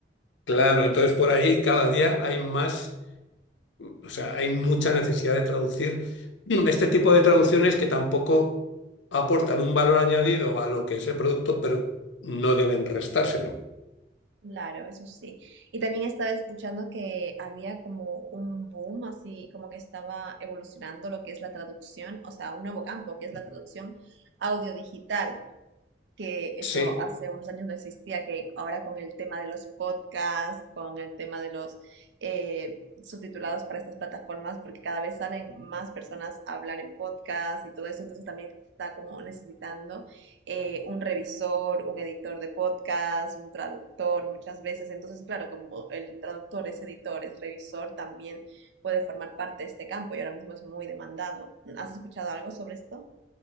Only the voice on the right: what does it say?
Claro, eso sí. Y también estaba escuchando que había como un boom, así como que estaba evolucionando lo que es la traducción, o sea, un nuevo campo que es la traducción audiodigital que eso
hace unos años no existía, que ahora con el tema de los podcasts, con el tema de los eh, subtitulados para estas plataformas, porque cada vez salen más personas a hablar en podcast y todo eso, entonces también está como necesitando eh, un revisor, un editor de podcast, un traductor muchas veces, entonces claro, como el traductor es editor, es revisor, también puede formar parte de este campo y ahora mismo es muy demandado. ¿Has escuchado algo sobre esto?